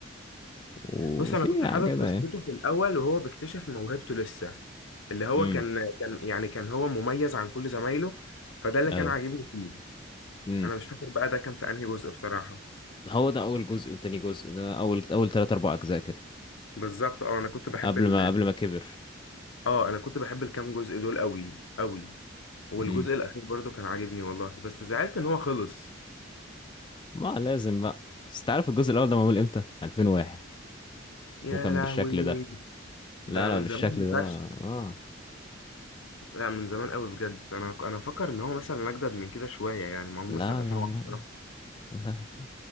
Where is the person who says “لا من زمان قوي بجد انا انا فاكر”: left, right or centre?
Left